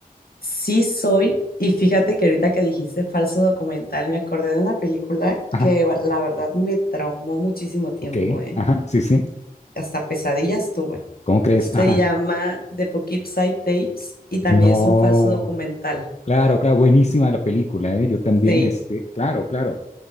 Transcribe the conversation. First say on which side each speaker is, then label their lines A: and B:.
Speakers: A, on the left; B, on the left.
A: Sí soy, y fíjate que ahorita que dijiste falso documental, me acordé de una película
B: Ajá,
A: que va- la verdad me traumó muchísimo tiempo,
B: ok,
A: ¿eh?
B: ajá, sí, sí,
A: Hasta pesadillas tuve.
B: ¿cómo crees?
A: Se
B: Ajá,
A: llama The Poughkeepsie Tapes y también
B: no,
A: es un falso documental.
B: claro, claro, buenísima la película, ¿eh? Yo también,
A: Sí.
B: este, claro, claro,